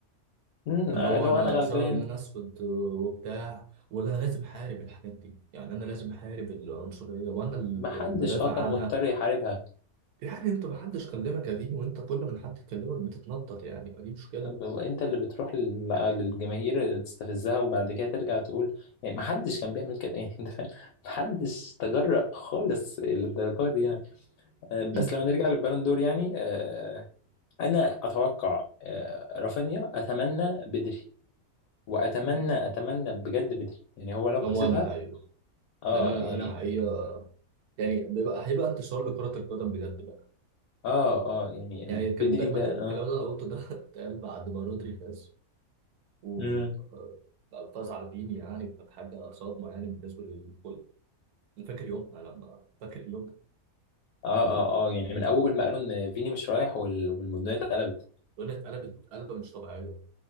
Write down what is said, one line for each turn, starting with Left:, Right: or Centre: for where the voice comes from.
Left: امم
Right: اللي هو
Left: لو
Right: انا
Left: انا غلبان
Right: بسبب ان انا اسود آه، وبتاع ولا أنا لازم احارب الحاجات دي يعني انا لازم احارب العنصريه وانا اللي
Left: ما حدش
Right: بدافع
Left: اه كان
Right: عنها
Left: مضطر يحاربها
Right: يعني انت محدش كلمك يا فيني وانت كل ما حد يكلمك بتتنطط يعني ما دي مشكله
Left: وانت اللي بتروح لل... للجماهير تستفزها وبعد كده ترجع تقول يعني ما حدش كان بيعمل كده يعني <laughs> انت فاهم ما حدش تجرأ خالص للدرجة دي يعني آه،
Right: <clears throat>
Left: بس لو نرجع للبالون دور يعني آه، انا اتوقع آه، رافينيا اتمنى بدري واتمنى
Right: مم.
Left: اتمنى بجد بدري يعني هو لو
Right: او
Left: كسبها
Right: انا حقيقه
Left: اه
Right: يعني انا
Left: يعني
Right: انا حقيقه يعني بيبقى هيبقى انتشار لكرة القدم بجد بقى
Left: اه اه يعني
Right: يعني
Left: بدري
Right: كان دايما
Left: ده
Right: الكلام
Left: اه
Right: اللي انا قلته ده <laughs> اتقال بعد ما رودري فاز و
Left: امم
Right: آه، آه، فاز على فيني يعني كانت حاجة صدمة يعني بالنسبة للكل أنا فاكر يومها لما فاكر اليوم ده
Left: اه اه اه يعني من اول ما قالوا ان فيني مش رايح وال- والمدونية اتقلبت
Right: الدنيا اتقلبت قلبة مش طبيعية